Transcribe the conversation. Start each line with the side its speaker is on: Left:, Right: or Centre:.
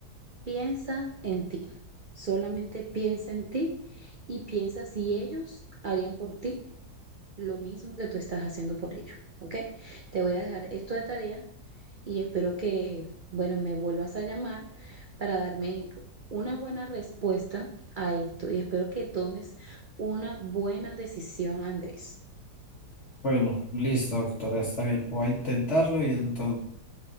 Right: Piensa en ti, solamente piensa en ti y piensa si ellos harían por ti lo mismo que tú estás haciendo por ello, ¿ok? Te voy a dejar esto de tarea y espero que, bueno, me vuelvas a llamar para darme una buena respuesta a esto y espero que tomes una buena decisión, Andrés.
Left: Bueno, listo, doctora, está bien. Voy a intentarlo y entonces